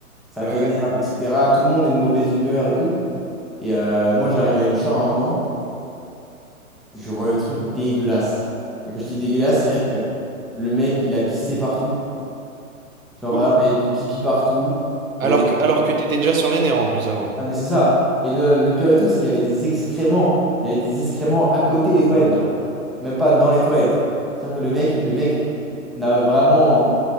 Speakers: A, in the centre; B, on the right.
A: Ça
B: ouais,
A: t'énerve,
B: ouais.
A: etc. Tout le monde est de mauvaise humeur et tout. Et euh, moi, j'arrive à une chambre à un moment, je vois le truc dégueulasse. Et quand je dis dégueulasse, c'est-à-dire que le mec, il a pissé partout. Genre
B: Oh.
A: vraiment, il y avait du pipi partout.
B: Alors
A: Il y avait des
B: que, alors que t'étais déjà sur les nerfs en plus avant.
A: Ah, mais c'est ça. Et le, le pire de tout, c'est qu'il y avait des excréments. Il y avait des excréments à côté des toilettes, genre. Même pas dans les toilettes. C'est-à-dire que le mec, le mec n'a vraiment